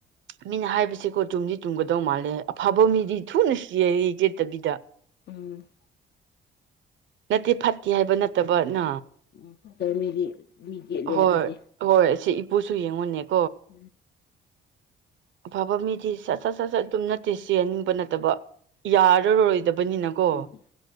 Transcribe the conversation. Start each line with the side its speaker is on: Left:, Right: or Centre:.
Right: ꯃꯤꯅ ꯍꯥꯏꯕꯁꯤꯀꯣ ꯆꯨꯝꯗꯤ ꯇꯨꯝꯒꯗꯧ ꯃꯥꯜꯂꯦ ꯑꯐꯕ ꯃꯤꯗꯤ ꯊꯨꯅ ꯆꯦꯔꯤ ꯆꯦꯠꯇꯕꯤꯗ
Left: ꯎꯝ
Right: ꯅꯠꯇꯦ ꯐꯠꯇꯦ
Left: ꯐꯠꯇꯕ
Right: ꯍꯥꯏꯕ
Left: ꯃꯤꯗꯤ
Right: ꯅꯠꯇꯕꯅ
Left: ꯎꯝ ꯐꯠꯇꯕ ꯃꯤꯗꯤ ꯃꯤ ꯌꯦꯠꯂꯦ
Right: ꯍꯣꯏ
Left: ꯍꯥꯏꯕꯗꯤ
Right: ꯍꯣꯏ ꯁꯤ ꯄꯨꯁꯨ ꯌꯦꯡꯉꯨꯅꯦꯕ
Left: ꯎꯝ
Right: ꯑꯐꯕ ꯃꯤꯗꯤ ꯁꯠ ꯁꯠ ꯁꯠ ꯁꯠ ꯑꯗꯨꯝ ꯅꯠꯇꯦ ꯆꯦꯍꯟꯅꯤꯡꯕ ꯅꯠꯇꯕ ꯌꯥꯔꯔꯣꯏꯗꯕꯅꯤꯅꯀꯣ
Left: ꯎꯝ